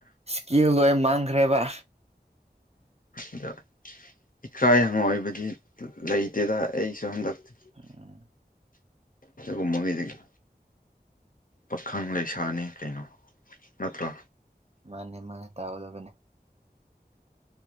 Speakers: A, on the right; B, on the left.
A: ꯁ꯭ꯀꯤ ꯂꯣꯏ ꯃꯥꯡꯈ꯭ꯔꯦꯕ
B: ꯑꯗ ꯏꯀꯥꯏ ꯍꯪꯣꯏꯕꯗꯤ ꯂꯩꯇꯦꯗ ꯑꯩꯁꯨ ꯍꯟꯗꯛꯇꯤ
A: ꯎꯝ
B: ꯀꯨꯃꯒꯗꯒꯦ ꯄꯥꯈꯪ ꯂꯩꯁꯥꯅꯤ ꯀꯩꯅꯣ ꯅꯠꯇ꯭ꯔꯣ
A: ꯃꯥꯅꯦ ꯃꯥꯅꯦ ꯇꯥꯍꯧꯗꯕꯅꯤ